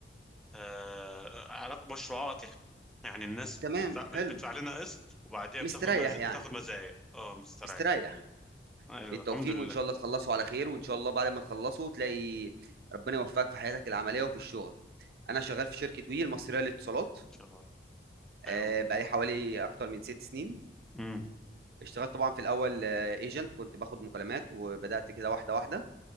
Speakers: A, in the centre; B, on the right.
A: آه، علاق- مشروعاتها يعني الناس بتدفع
B: تمام
A: بتدفع
B: حلو
A: لنا قسط وبعديها
B: مستريح
A: بتاخد مز... بتاخد
B: يعني
A: مزايا اه مستريح
B: مستريح
A: ايوه
B: بالتوفيق
A: الحمد لله
B: وان شاء
A: ان
B: الله تخلصوا على خير وان شاء الله بعد ما تخلصوا تلاقي ربنا يوفقك في حياتك العملية وفي الشغل انا شغال في شركة وي المصرية للاتصالات
A: شاء الله
B: آه،
A: ايوه
B: بقالي حوالي اكتر من ست سنين
A: امم
B: اشتغلت طبعا في الاول ايجنت كنت باخد مكالمات وبدات كده واحده واحده